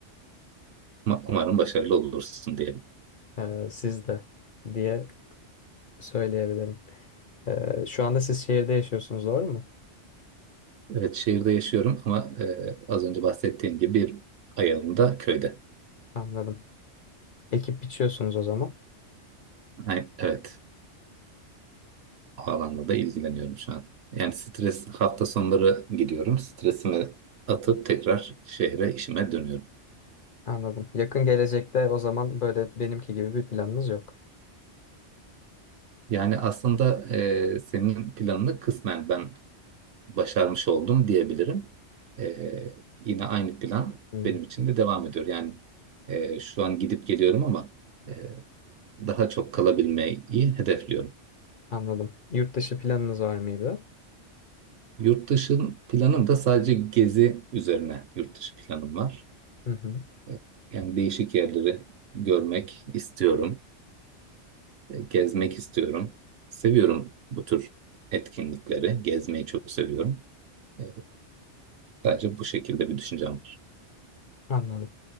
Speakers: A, on the right; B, on the left.
A: ma- umarım başarılı olursun diyelim.
B: Ee, siz de diye söyleyebilirim. Ee, şu anda siz şehirde yaşıyorsunuz doğru mu?
A: Evet şehirde yaşıyorum ama e, az önce bahsettiğim gibi bir ayağım da köyde.
B: Anladım. Ekip biçiyorsunuz o zaman.
A: Ay- evet o alanla da ilgileniyorum şu an. Yani stres hafta sonları gidiyorum. Stresimi atıp tekrar şehre işime dönüyorum.
B: Anladım. Yakın gelecekte o zaman böyle benimki gibi bir planınız yok.
A: Yani aslında e, senin planını kısmen ben başarmış oldum diyebilirim. Ee, yine aynı plan
B: Hmm,
A: benim için de devam ediyor. Yani e, şu an gidip geliyorum ama e, daha çok kalabilmeyi hedefliyorum.
B: anladım. Yurt dışı planınız var mıydı?
A: Yurt dışın planım da sadece gezi üzerine yurt dışı planım var.
B: Hı hı,
A: E, yani değişik yerleri görmek istiyorum, e, gezmek istiyorum. Seviyorum bu tür etkinlikleri, gezmeyi çok seviyorum. E, sadece bu şekilde bir düşüncem var.
B: anladım.